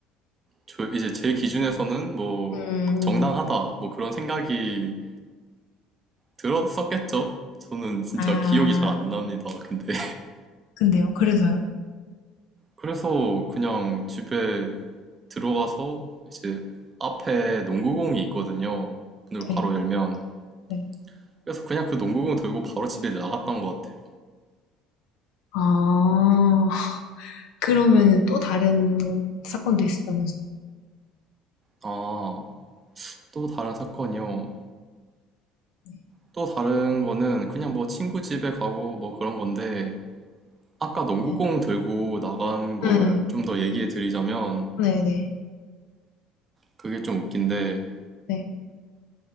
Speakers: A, on the right; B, on the left.
A: 저 이제 제 기준에서는 뭐,
B: 음,
A: 정당하다, 뭐 그런 생각이 들었었겠죠. 저는 진짜
B: 아,
A: 기억이 잘 안 납니다. 근데. <laughs>
B: 근데요. 그래서요.
A: 그래서 그냥 집에 들어가서 이제 앞에 농구공이 있거든요. 문을 바로
B: 네.
A: 열면.
B: 네.
A: 그래서 그냥 그 농구공 들고 바로 집에 나갔던 것 같아요.
B: 아, 그러면은 또 다른 사건도 있었다면서요.
A: 아, 또 다른 사건이요.
B: 네.
A: 또 다른 거는 그냥 뭐 친구 집에 가고 뭐 그런 건데 아까 농구공
B: 네.
A: 들고 나간 걸
B: 음,
A: 좀 더 얘기해 드리자면
B: 네, 네.
A: 그게 좀 웃긴데
B: 네.